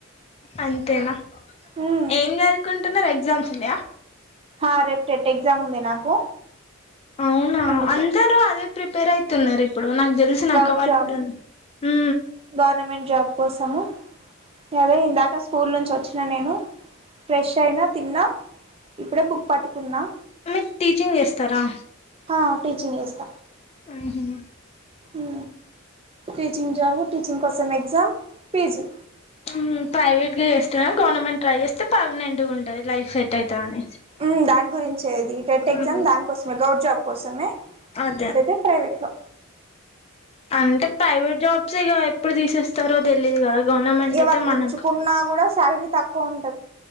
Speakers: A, on the left; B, on the right.
A: అంతేనా
B: మ్మ్
A: ఏం చదువుకుంటున్నారు ఎగ్జామ్స్ ఉన్నాయ
B: ఆ రేపు టెట్ ఎగ్జామ్ ఉంది నాకు
A: అవునా
B: అందుకు
A: అందరూ అదే ప్రిపేర్ ఐతునరు ఇప్పుడు నాకు దెల్సిన
B: గౌట్
A: అక్క వాల్
B: జాబ్
A: ఉ
B: గవర్నమెంట్ జాబ్ కోసాము అదే ఇందాక స్కూల్ నుంచి వచ్చిన నేను ఫ్రెష్ ఐన తిన్న ఇప్పుడే బుక్ పట్టుకున్నా
A: మీరు టీచింగ్ చేస్తారా
B: ఆ టీచింగ్ చేస్త
A: ఉ హు
B: ఉ టీచింగ్ జాబు టీచింగ్ కోసం ఎగ్జామ్ ఫీజు
A: ఉ ప్రైవేట్ గా జేస్తున్నా గవర్నమెంట్ ట్రై చేస్తే పర్మనెంట్ గా ఉంటుంది లైఫ్ సెట్ అయితదని
B: మ్ దాని గురించే ఇది టెట్ ఎగ్జామ్
A: ఉహు,
B: దానికోసమే గౌట్ జాబ్ కోసమే
A: అదే
B: ఐతే ప్రైవేట్లో
A: అంటే ప్రైవేట్ జాబ్స్ గ ఎప్పుడు తీసేస్ స్తరో తెలీదు కదా గవర్నమెంట్
B: ఇక
A: అయితే
B: వాళ్ళు
A: మనకు
B: ఉంచుకున్నా కూడా శాలరీ తక్కువ